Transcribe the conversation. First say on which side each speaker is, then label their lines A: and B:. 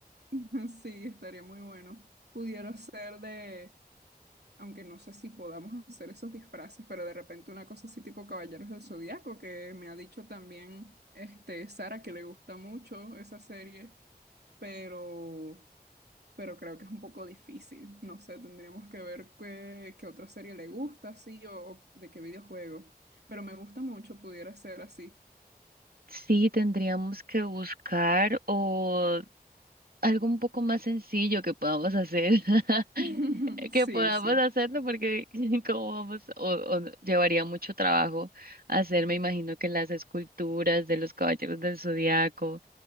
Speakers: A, on the right; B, on the right.
A: <laughs> Sí, estaría muy bueno. Pudiera ser de aunque no sé si podamos hacer esos disfraces, pero de repente una cosa así tipo Caballeros del Zodiaco, que me ha dicho también este Sara que le gusta mucho esa serie, pero pero creo que es un poco difícil. No sé, tendríamos que ver qué, qué otra serie le gusta, sí, o, o de qué videojuego. Pero me gusta mucho, pudiera ser así.
B: Sí, tendríamos que buscar o algo un poco más sencillo que podamos hacer, <laughs>
A: <laughs> Sí,
B: que podamos
A: sí.
B: hacerlo porque <laughs> como vamos, o, o no- llevaría mucho trabajo hacer, me imagino que las esculturas de los caballeros del Zodiaco,